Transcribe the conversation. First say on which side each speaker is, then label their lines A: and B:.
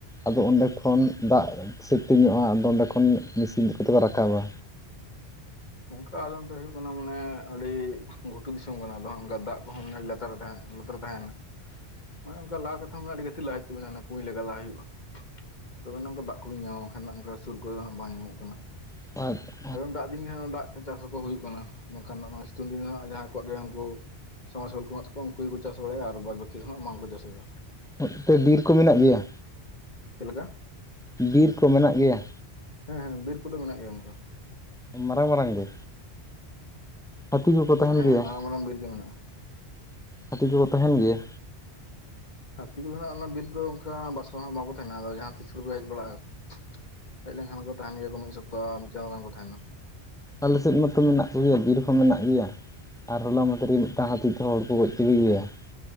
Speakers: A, in the centre; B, on the left.
A: ᱟᱫᱚ ᱚᱸᱰᱮ ᱠᱷᱚᱱ ᱫᱟᱜ ᱥᱮᱴᱤᱧᱚᱜᱼᱟ ᱟᱫᱚ ᱚᱸᱰᱮ ᱠᱷᱚᱱ ᱢᱮᱥᱤᱱ ᱛᱮ ᱠᱚᱛᱮ ᱠᱚ ᱨᱟᱠᱟᱵᱟ᱾
B: ᱱᱚᱜᱼᱚᱝᱠᱟ ᱟᱞᱮ ᱱᱚᱛᱮ ᱦᱳᱭᱳᱜ ᱠᱟᱱᱟ ᱢᱟᱱᱮ ᱟᱰᱤ ᱜᱷᱩᱴᱩ ᱫᱤᱥᱚᱢ ᱠᱟᱱᱟ ᱟᱫᱚ ᱦᱟᱸᱜ ᱚᱝᱠᱟ ᱫᱟᱜ ᱠᱚᱦᱚᱸ ᱢᱟᱱᱮ‌ ᱞᱟᱹ ᱛᱟᱨ ᱨᱮ ᱛᱟᱦᱮᱸ ᱞᱟᱛᱟᱨ ᱨᱮ ᱛᱟᱦᱮᱱᱟ᱾ ᱢᱟᱱᱮ ᱚᱝᱠᱟ ᱞᱟ ᱠᱟᱛᱷᱟ ᱢᱟ ᱟᱹᱰᱤ ᱜᱟᱹᱛᱷᱤᱨ ᱞᱟᱜ ᱦᱩᱭᱩᱜ ᱛᱟᱹᱵᱤᱱᱟ ᱚᱱᱟ ᱠᱩᱸᱧ ᱞᱮᱵᱮ ᱞᱟ ᱦᱩᱭᱩᱜᱼᱟ ᱾ ᱛᱚᱵᱮ ᱱᱚᱝᱠᱟ ᱫᱟᱜ ᱠᱚᱵᱤᱱ ᱧᱟᱢᱟ ᱵᱟᱝᱠᱷᱟᱱ ᱚᱝᱠᱟ ᱥᱩᱨ ᱠᱚᱨᱮ ᱱᱟᱜ ᱵᱟᱝ ᱧᱟᱢᱚᱜ ᱠᱟᱱᱟ᱾
A: <unintelligible>
B: ᱟᱫᱚᱢ ᱫᱟᱜ ᱫᱤᱱ ᱜᱮ ᱦᱟᱸᱜ ᱫᱟᱜ ᱛᱮ ᱪᱟᱥ ᱠᱚ ᱦᱩᱭᱩᱜ ᱠᱟᱱᱟ ᱵᱟᱝᱠᱷᱟᱱ ᱱᱟᱜ ᱢᱟ ᱥᱤᱛᱩᱝ ᱫᱤᱱ ᱫᱚ ᱦᱟᱸᱜ ᱡᱟᱦᱟᱸᱭ ᱠᱚᱣᱟᱜ ᱜᱮ ᱩᱝᱠᱩ ᱥᱟᱵᱽᱢᱟᱨᱥᱟᱞ ᱠᱚ ᱢᱮᱱᱟᱜ ᱛᱟᱠᱚᱣᱟ ᱩᱝᱠᱩ ᱜᱮᱠᱚ ᱪᱟᱥ ᱵᱟᱲᱟᱭᱟ ᱟᱨ ᱵᱟᱫᱽ ᱵᱟᱹᱠᱤ ᱫᱚ ᱦᱟᱸᱜ ᱵᱟᱝ ᱠᱚ ᱪᱟᱥ ᱮᱫᱟ᱾
A: ᱚᱸᱫ ᱛᱮ ᱵᱤᱨ ᱠᱚ ᱢᱮᱱᱟᱜ ᱜᱮᱭᱟ?
B: ᱪᱮᱜ ᱞᱮᱠᱟ?
A: ᱵᱤᱨ ᱠᱚ ᱢᱮᱱᱟᱜ ᱜᱮᱭᱟ?
B: ᱦᱮᱸ ᱦᱮᱸ ᱵᱤᱨ ᱠᱚᱫᱚ ᱢᱮᱱᱟᱜ ᱜᱮᱭᱟ ᱜᱚᱝᱠᱮ᱾
A: ᱢᱟᱨᱟᱝ ᱢᱟᱨᱟᱝ ᱜᱮ᱾ ᱦᱟᱹᱛᱤ ᱠᱚᱠᱚ ᱛᱟᱦᱮᱱ
B: ᱦᱮᱸ
A: ᱜᱮᱭᱟ,
B: ᱢᱟᱨᱟᱝ ᱢᱟᱨᱟᱝ ᱵᱤᱨ ᱜᱮ ᱢᱮᱱᱟᱜᱼᱟ
A: ᱦᱟᱹᱛᱤ ᱠᱚᱠᱚ ᱛᱟᱦᱮᱱ ᱜᱮᱭᱟ?
B: ᱦᱟᱛᱤ ᱠᱚᱫᱚ ᱱᱟᱦᱟᱸᱜ ᱚᱱᱟ ᱵᱤᱨ ᱫᱚ ᱚᱝᱠᱟ ᱵᱟᱥᱚ ᱦᱟᱸᱜ ᱵᱟᱠᱚ ᱛᱟᱦᱮᱱᱟ, ᱟᱫᱚ ᱡᱟᱦᱟᱸ ᱛᱤᱥ ᱠᱚᱨᱮ ᱠᱚ ᱦᱮᱡ ᱵᱟᱲᱟᱜᱼᱟ ᱾ ᱦᱮᱡ ᱞᱮᱝᱠᱷᱟᱱ ᱠᱚ ᱛᱟᱦᱮᱱ ᱜᱮᱭᱟ ᱠᱚ ᱢᱤᱫ ᱥᱚᱯᱛᱟᱦ ᱟᱨ ᱢᱤᱫ ᱪᱟᱸᱫᱚ ᱜᱟᱱ ᱠᱚ ᱛᱟᱦᱮᱱᱟ ᱾
A: ᱟᱞᱮ ᱥᱮᱫ ᱢᱟᱛᱚ ᱢᱮᱱᱟᱜ ᱠᱚ ᱜᱮᱭᱟ ᱵᱤᱨ ᱦᱚᱸ ᱢᱮᱱᱟᱜ ᱜᱮᱭᱟ ᱾ ᱟᱨ ᱦᱚᱞᱟ ᱢᱟᱫᱷᱨᱮ ᱜᱮ ᱢᱤᱫᱴᱟᱝ ᱦᱟᱹᱛᱤ‌ ᱛᱷᱚ ᱦᱚᱲ ᱠᱚ ᱜᱚᱡ ᱠᱤᱫᱤ ᱜᱮᱭᱟ ᱾